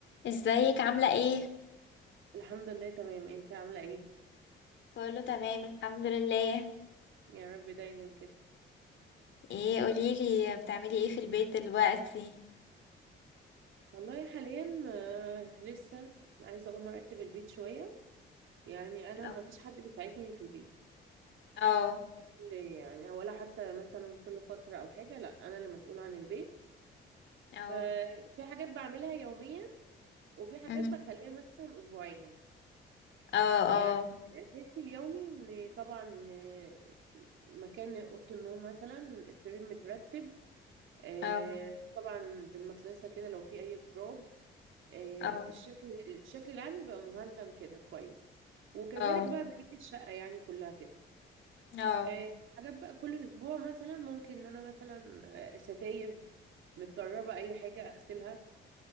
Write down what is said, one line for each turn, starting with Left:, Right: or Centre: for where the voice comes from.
Left: ازيك عاملة ايه؟
Right: الحمد لله تمام انت عاملة ايه
Left: كله تمام الحمد لله
Right: يا رب دايما كده
Left: ايه قوليلي بتعملي ايه في البيت دلوقتي؟
Right: والله حاليا آه، لسه عايزة اقوم ارتب البيت شوية يعني انا
Left: اه
Right: ما فيش حد بيساعدني في البيت
Left: اه
Right: كل- يعني ولا حتى مثلا كل فترة او حاجة لا انا اللي مسؤولة عن البيت
Left: اه
Right: ففي حاجات بعملها يوميا وفي حاجات
Left: مم.
Right: بخليها مثلا اسبوعيا
Left: اه اه
Right: يعني الاساسي اليومي ان طبعا آه، مكان اوضه النوم مثلا السرير مترتب آه،
Left: اه
Right: طبعا بالمكنسه كده لو في اي تراب آه،
Left: اه
Right: الشكل الشكل العام يبقى مهندم كده كويس وكذلك
Left: اه
Right: بقى بقية الشقة يعني كلها كده
Left: اه
Right: آه، حاجات بقى كل أسبوع مثلا ممكن إن أنا مثلا آه، ستاير متطربة أي حاجة أغسلها